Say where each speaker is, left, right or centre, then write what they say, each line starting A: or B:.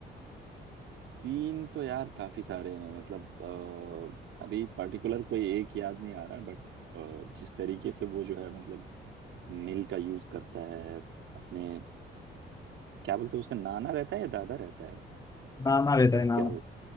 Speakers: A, on the right; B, on the left.
A: तीन तो यार काफी सारे हैं मतलब अ, अभी पर्टिकुलर कोई एक याद नहीं आ रहा बट जिस तरीके से वो जो है मतलब मिल का यूज करता है अपने क्या बोलते हैं उसका नाना रहता है या दादा रहता है
B: नाना रहता
A: जिसका
B: है नाना